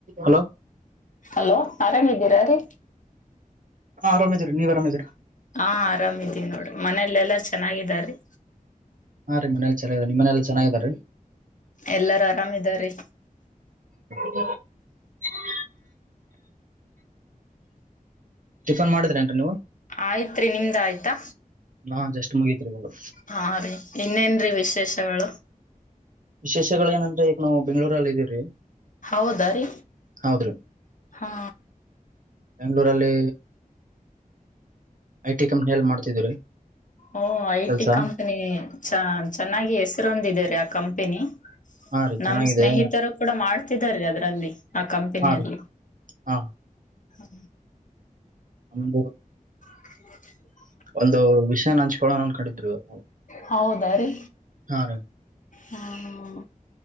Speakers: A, on the right (about 65°); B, on the left (about 65°).
A: Hello
B: hello ಆರಾಮಿದ್ದೀರ ರೀ
A: ಹಾ ಆರಾಮಿದೀವ್ರಿ ನೀವ್ ಅರಾಮಿದಿರ
B: ಹಾ ಆರಾಮಿದೀವಿ ನೋಡ್ರಿ ಮನೇಲ್ಲ ಎಲ್ಲ ಚೆನ್ನಾಗಿದಾರೀ
A: ಹಾ ರೀ ಮನೇ ಚನ್ನಾಗ ಇದಾರಿ ನಿಮ್ ಮನೇಲಿ ಚೆನ್ನಾಗ್ ಇದಾರಿ
B: ಎಲ್ಲಾರು ಆರಾಮಿದಾರಿ
A: <unintelligible> ಟಿಫನ್ ಮಾಡಿದ್ರೇನ್ರಿ ನೀವು
B: ಆಯ್ತ್ರಿ ನಿಮ್ದ ಆಯ್ತಾ
A: ಹಾ ಜಸ್ಟ್ ಮುಗೀತ್ರಿ ಇವಾಗ
B: ಹಾರಿ ಇನ್ನೇನ್ರಿ ವಿಶೇಷಗಳು
A: ವಿಶೇಷಗಳು ಏನಂದ್ರೆ ನಾವು ಬೆಂಗ್ಗಳೂರಲ್ ಇದೀವ್ರಿ
B: ಹೌದ ರೀ
A: ಹೌದ್ರಿ
B: ಹಾ
A: ಳೂರಲ್ಲಿ ಐ ಟಿ ಕಂಪನಿಯಲ್ ಮಾಡ್ತಿದೀವ್ರಿ
B: ಓ ಐ
A: ಕೆಲ್ಸ
B: ಟಿ ಕಂಪನಿ ಚ ಚೆನ್ನಾಗಿ ಹೆಸರೊಂದಿದರಿ ಆ ಕಂಪನಿ
A: ಹಾ ರೀ
B: ನಮ
A: ಚೆನ್ನಾಗಿದೆ
B: ಸ್ನೇಹಿತರು ಕೂಡ ಮಾಡ್ ತಿದಾರಿ ಅದ್ರಲ್ಲಿ ಆ ಕಂಪನಿ
A: ಹಾ
B: ಅಲ್ಲಿ
A: ರೀ ಹಾ
B: ಹ್ಮ
A: ಅಂದು
B: ಹ್ಮ
A: ಒಂದು ವಿಷಯನ ಹಂಚ್ಕೊಳ್ಳೋಣ ಅನ್ಕೊಂಡಿದ್ರು ಇವತ್ತು ನಾವು
B: ಹೌದಾ ರೀ
A: ಹಾ ರೀ
B: ಹ್ಮುಯೂ